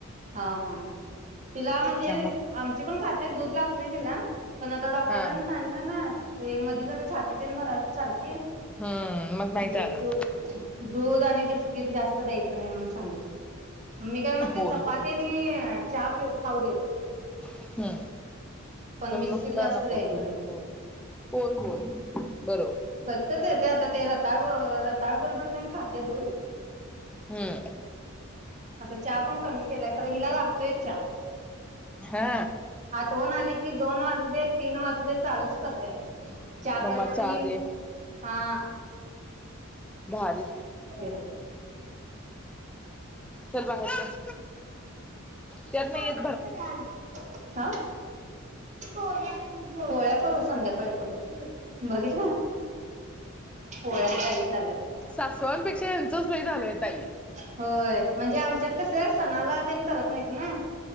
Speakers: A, on the right (about 35°); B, in the centre.
A: हा हा तिला म्हणजे
B: त्या मग
A: आमची पण खाते दूध लागतय तिला.... पण आता डॉक्टरांनी
B: हा
A: सांगलं ना.... ते मध्येी जरा छातीतेन भरालती सारखी...
B: हम्म मग
A: म्हणजे
B: नाही चालत
A: दू दूध आणि बिस्किट जास्त द्यायच.... नाही म्हणून सांगितल मी काय म्हणते
B: होय
A: चप...
B: होय
A: चपाती आणि चहा पि खाऊ देत
B: हम्म
A: पण बिस्किट
B: नुसता
A: जास्त
B: नको
A: द्यायच
B: दूध
A: नाही..
B: हो होय होय होय बरोबर
A: कधतरी देत ते आता ते रताळ रताळ बरोबर पन खातिय धून.............
B: हूं
A: आता चहा पण कमी.. केलाय खर हिला लागतोयच च्या
B: हा
A: आठवण आली की दोन वाजू दे तीन वाजू दे चालूच करतेय.... च्या
B: मम्मा
A: कर की.....
B: चहा दे
A: हा
B: भारीच
A: हे धर...
B: चल बाहेर चाल त्यात नाहीयत.....
A: हा पोळ्या करू संध्याकाळी करू बघितल पोळ्या पाहिजे झाल्यात...
B: सासवांपेक्षा यांचच लई झालय ताई...
A: होय म्हणजे आमच्यात कस सणाला तेन करत नाहीत ना...